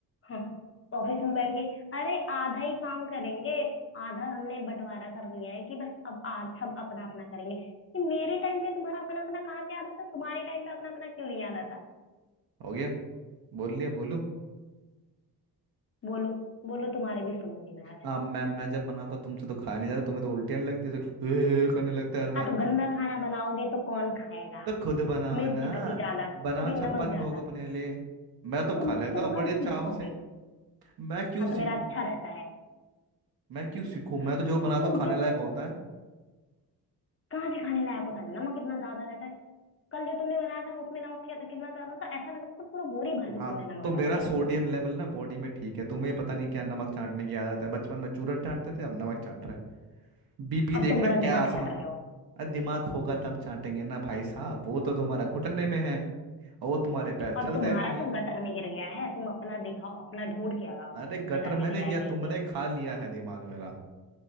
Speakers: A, on the left; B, on the right.
A: हाँ, ऑफिस में बैठ के अरे आधा ही काम करेंगे आधा हमने बंटवारा कर दिया है कि बस अब आज सब अपना अपना करेंगे कि मेरे टाइम पे तुम्हारा अपना अपना कहाँ से याद आता तुम्हारे टाइम पे अपना अपना क्यों नहीं याद आता
B: हो गया बोल लिया बोलू
A: बोलो बोलो तुम्हारे भी सुनूंगी मैं आज
B: हाँ मैं मैं जब बनाता हूँ, तुमसे तो खाया नहीं जाता तुम्हें तो उल्टियाँ लगती है करने लगता है हर बात
A: हाँ तो गंदा खाना बनाओगे तो कौन खाएगा
B: तो खुद बनाओ
A: मिर्च
B: ना
A: कभी ज्यादा
B: बनाओ
A: कभी
B: छप्पन
A: नमक ज्यादा
B: भोग अपने लिए मैं तो
A: तुम
B: खा लेता
A: तुम
B: हूँ बड़े
A: कब
B: चाव
A: सीखोगे
B: से मैं क्यों
A: हाँ तो
B: सीखूं
A: मेरा अच्छा रहता है
B: मैं क्यों सीखूं
A: हाँ
B: मैं तो
A: हाँ।
B: जो बनाता
A: तुम
B: हूँ खाने
A: क्यों
B: लायक
A: सीखोगे
B: होता है
A: कहाँ से खाने लायक होता है नमक इतना ज्यादा रहता है कल जो तुमने बनाया था उसमें नमक किया था कितना ज्यादा था ऐसा लगा था पूरा बोरी भर के
B: हाँ
A: तुमने नमक
B: तो मेरा
A: डाल दिया
B: सोडियम लेवल ना बॉडी में ठीक है तुम्हें पता नहीं क्या नमक चाटने की आदत है बचपन में चूरन चाटते थे अब नमक चाट रहे हैं बीपी
A: और
B: देखना
A: तुम मेरा
B: क्या
A: दिमाग
B: आसमा
A: चाट रहे हो
B: अरे दिमाग होगा तब चाटेंगे ना भाई साहब वो तो तुम्हारा घुटने में है और वो तुम्हारे पैर
A: और
B: चलते
A: तुम्हारा
B: नहीं है
A: तो गटर में गिर गया है तुम अपना दिखाओ अपना ढूंढ के लाओ
B: अरे गटर
A: गटर
B: मैंने
A: में गिरा
B: गया
A: है कहीं
B: तुमने
A: पे
B: खा लिया है दिमाग मेरा